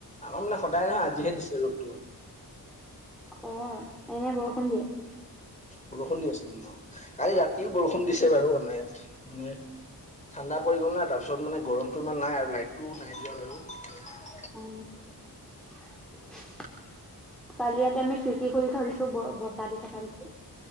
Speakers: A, on the left; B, in the centre.
A: আমাৰ মানে সদায় নহয় আজিহে দিছে ৰ'দটো।
B: অঁ এনেই বৰষুণ দিয়ে।
A: বৰষুণ দি আছিলে, কালি ৰাতিও বৰষুণ দিছে বাৰু অন ইয়াত মানে- ঠাণ্ডা পৰি গ'ল নাই তাৰপিছত মানে গৰমতটো ইমান নাই আৰু লাইটটো নাই দিয়া আৰু-
B: উ <inaudible> কালি ৰাতি আমি খিৰিকি খুলি থৈ দিছো ব বতাহ দি থাকা দেখি